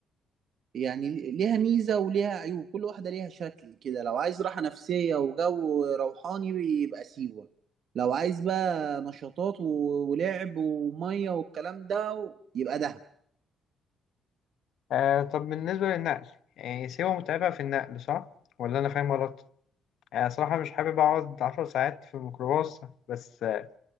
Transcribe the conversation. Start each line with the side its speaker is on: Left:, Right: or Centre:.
Right: يعني ليها ميزة وليها عيوب كل واحدة ليها شكل كده لو عايز راحة نفسية وجو روحاني يبقى سيوة لو عايز بقى نشاطات و- ولعب ومية والكلام ده يبقى دهب
Left: آه طب بالنسبة للنقل يعني سيوة متعبة في النقل صح؟ ولا أنا فاهم غلط؟ أنا صراحة مش حابب أقعد عشر ساعات في الميكروباص بس آه